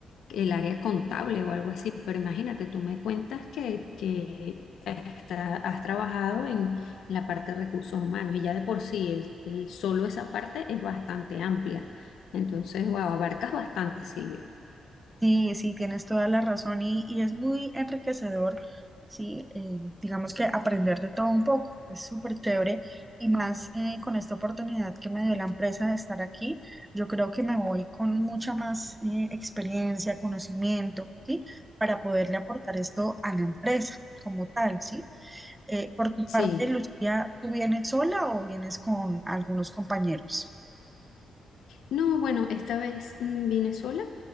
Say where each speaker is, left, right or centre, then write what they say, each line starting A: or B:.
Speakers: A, on the left; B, on the right.
A: el área contable o algo así, pero imagínate, tú me cuentas que, que está- has trabajado en la parte de recursos humanos y ya de por sí el, el- solo esa parte es bastante amplia. Entonces, wow, abarcas bastante, Silvia.
B: sí, sí, tienes toda la razón y, y es muy enriquecedor, sí, eh, digamos que aprender de todo un poco, es súper chévere y más eh, con esta oportunidad que me dio la empresa de estar aquí, yo creo que me voy con mucha más eh, experiencia, conocimiento, sí, para poderle aportar esto a la empresa como tal, sí. Eh, por tu
A: Sí.
B: parte, Lucía, ¿tú vienes sola o vienes con algunos compañeros?
A: No, bueno, esta vez mm, vine sola,